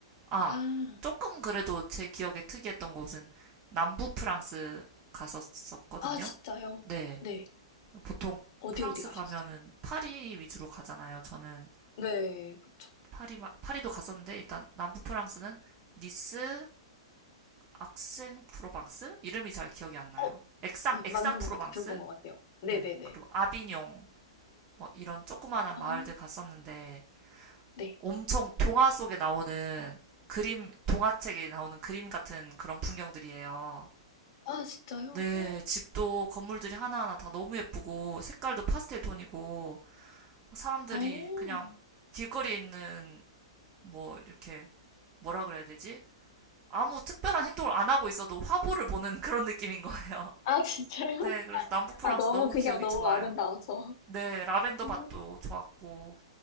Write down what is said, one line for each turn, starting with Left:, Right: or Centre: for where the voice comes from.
Right: 아,
Left: 아,
Right: 조금 그래도 제 기억에 특이했던 곳은 남부 프랑스 갔었었거든요.
Left: 아, 진짜요?
Right: 네.
Left: 네.
Right: 보통
Left: 어디
Right: 프랑스
Left: 어디 가셨어요?
Right: 가면은 파리 위주로 가잖아요. 저는
Left: 네, 그쵸.
Right: 파리, 파리도 갔었는데 일단 남부 프랑스는 니스, 악생 프로방스? 이름이 잘 기억이 안 나요.
Left: 어, 어,
Right: 액상, 액상
Left: 맞는
Right: 프로방스?
Left: 것 같아요. 들어본 것 같아요. 네네네.
Right: 네. 그리고 아비뇽, 뭐 이런 조그마한
Left: 어,
Right: 마을들 갔었는데
Left: 네.
Right: 엄청 동화 속에 나오는 그림, 동화책에 나오는 그림 같은 그런 풍경들이에요.
Left: 아, 진짜요?
Right: 네,
Left: 헉,
Right: 집도 건물들이 하나하나 다 너무 예쁘고 색깔도 파스텔 톤이고 사람들이
Left: 어,
Right: 그냥 길거리에 있는 뭐 이렇게 뭐라 그래야 되지? 아무 특별한 행동을 안 하고 있어도 화보를 보는 <laughs> 그런 느낌인 거예요. <laughs>
Left: 아, 진짜요?
Right: 네, 그래서
Left: <laughs>
Right: 남부 프랑스
Left: 아, 너무
Right: 너무
Left: 그냥
Right: 기억이
Left: 너무
Right: 좋아요.
Left: 아름다워서.
Right: 네, 라벤더
Left: 아,
Right: 밭도 좋았고